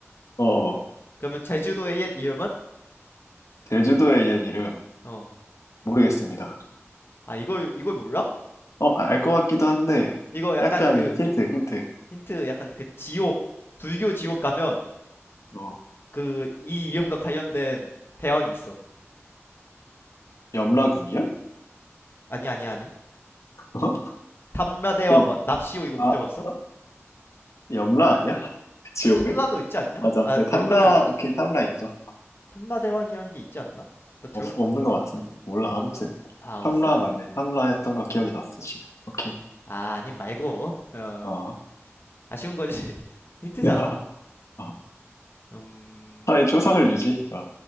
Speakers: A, on the left; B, on the left.
A: 어, 어.
B: 그러면 제주도의 옛 이름은?
A: 제주도의 옛 이름,
B: 어.
A: 모르겠습니다.
B: 아, 이걸, 이걸 몰라?
A: 어, 알 것 같기도 한데,
B: 이거 약간
A: 약간
B: 그,
A: 힌트, 힌트.
B: 힌트, 약간 그 지옥, 불교 지옥 가면,
A: 어,
B: 그, 이 이름과 관련된 대왕이 있어.
A: 염라궁이요?
B: 아니, 아니, 아니.
A: 어?
B: 탐라대왕,
A: 그럼
B: 와- 납시오, 이거
A: 아,
B: 못 들어봤어?
A: 어? 염라 아니야? <laughs> 지옥은?
B: 아, 탐라도 있지 않냐?
A: 맞아.
B: 아,
A: 근데 탐라,
B: 연마도 있긴.
A: 오케이, 탐라 인정.
B: 탐라대왕이란 게 있지 않나? 나 들어본
A: 없, 없는
B: 것 같은데.
A: 것 같은데? 몰라. 아무튼.
B: 아,
A: 탐라
B: 없어?
A: 맞네. 탐라였던 거 기억이 났어, 지금. 오케이.
B: 아, 아님 말고. 어,
A: 어.
B: 아쉬운 거지. <laughs> 힌트잖아?
A: <laughs> 어,
B: 음.
A: 차라리 초상을 주지. 어.